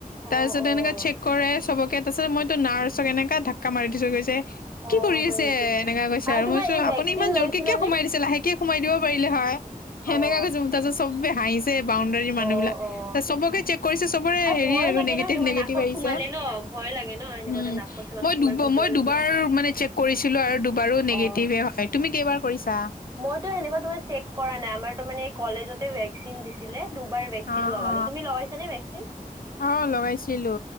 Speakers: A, on the right; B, on the left.
A: অ'
B: তাৰপিছত
A: অ'
B: এনেকা চেক কৰে চবকে তাৰপিছত মইতো নাৰ্ছক এনেকা ধাক্কা মাৰি দিছো গৈছে কি
A: অ'
B: কৰি
A: হয়
B: আছে
A: নেকি?
B: এনেকা কৈছে আৰু
A: তোমাৰ
B: মই চো
A: এই ভেকচিন
B: আপুনি ইমান
A: লৈছিলানে?
B: জোৰকে কিয় সোমাই দিছে লাহেক কে সোমাই দিব পাৰিলে হয় সেনেকা
A: অ'
B: কৈছোঙ তাৰপাছত চবে হাঁহি ছে বাউণ্ডৰী মানুহ
A: অ'
B: বিলাক
A: অ'
B: চবকে চেক কৰিছে চবৰে হেৰি
A: ভয়
B: আৰু
A: লাগে
B: নিগেটিভ-নিগেটিভ
A: ন সেনেকুৱা নাকত
B: আহিছে
A: সোমালে ন ভয় লাগে ন এনেকুৱাতে
B: উম,
A: নাকত চাকত
B: মই-মই
A: সোমাৰ ভিতৰলৈকে
B: দুবাৰ মানে চেক কৰিছিলো আৰু দুবাৰো নিগেটিভে
A: অ'
B: হয় তুমি কেইবাৰ কৰিছা?
A: মইতো সেনেকুৱা তোমাৰ চেক কৰা নাই আমাৰ তাৰ মানে এই কলেজতে ভেকচিন দিছিলে দুবাৰ ভেকচিন
B: অ
A: লগালে
B: অ
A: তুমি লগাইছা নে ভেকচিন?
B: অ, লগাইছিলো